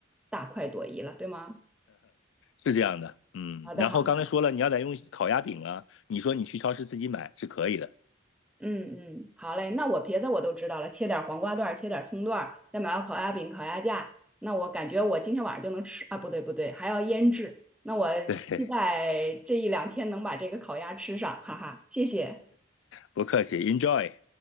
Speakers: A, in the centre; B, on the left.
A: 大快朵颐了，对吗？
B: 是这样的。嗯，
A: 好的，
B: 然后刚才说了，
A: 好的。
B: 你要再用烤鸭饼啊，你说你去超市自己买是可以的，
A: 嗯嗯，好嘞，那我别的我都知道了，切点儿黄瓜段儿切点儿葱段儿再买个烤鸭饼、烤鸭架。那我感觉我今天晚上就能吃啊，不对不对，还要腌制。那我期待这一两天能把这个烤鸭吃上，
B: 对。
A: 哈哈，谢谢。
B: 不客气，Enjoy，